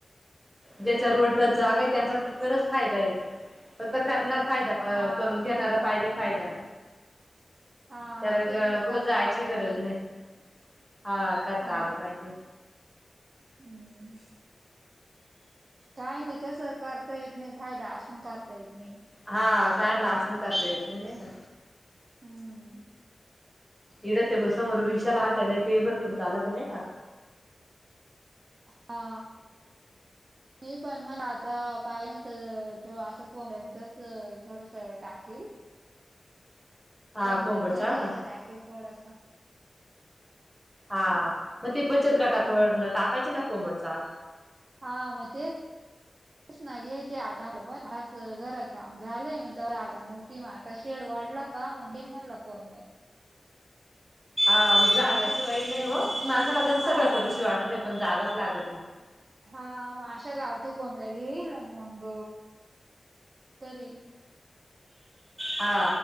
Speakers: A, in the centre; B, on the right.
A: ज्याच्यावरडत जागा आहे त्यांचा खरंच फायदा आहे फक्त करणार फायदा अ
B: हा
A: करून
B: खरंच
A: घेणारा पाहिजे फायदा
B: हा
A: त्याला
B: तेच तर
A: कुठं
B: करता
A: जायची
B: आलं
A: गरज
B: पाहिजे
A: नाही हा करता
B: हा
A: आलं पाहिजे
B: हम्म काय नाही कसं करता येत नाही फायदा असून करता येत नाही
A: हा कायला असून करता येत नाही नाही का
B: हम्
A: इडत आहे ब समोर विशाल हाटेलय ते भरपूर चालत आहे ना का
B: हा
A: <inaudible>
B: नाही पण मला आता पाहि नाही तर असं को त्यांचच थोडस टाकेल
A: <inaudible> हा
B: कोंबड्यांचा
A: कोंबडचाळ
B: धंदा
A: का
B: कायखे थोडासा
A: हा मग ते बचत गटाकडून
B: हा मग
A: टाकायची ना कोंबड चाळ
B: हा मग तेच नाहीे की आता पण घरात काम झालंय मग त्या रागा नव्हती मग आता शेड वाढला का मगे म्हणला कोबडे
A: हा म्ह जाग्याची
B: अशा
A: वय नाही हो माझं लगन
B: हा
A: सगळं करू
B: मग
A: श वाटत आहे पण जागाच लागत
B: हा मग अशा गावठी कोंबड्या घेईल आणि मग करेील
A: हा